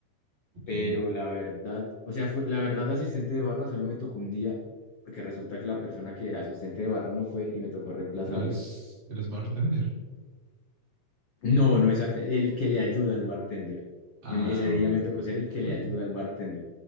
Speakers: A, on the right (about 40°); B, on the left (about 55°).
A: Ok,
B: Pero la verdad, o sea, fue, la verdad asistente de barra solo me tocó un día, porque resulta que la persona que era asistente de barra no fue y me tocó reemplazarlo.
A: eres, eres bartender.
B: No, no exacto. El que le ayuda al bartender.
A: Ah,
B: Em, Ese día
A: ok,
B: me tocó ser el que le
A: ok,
B: ayuda al bartender.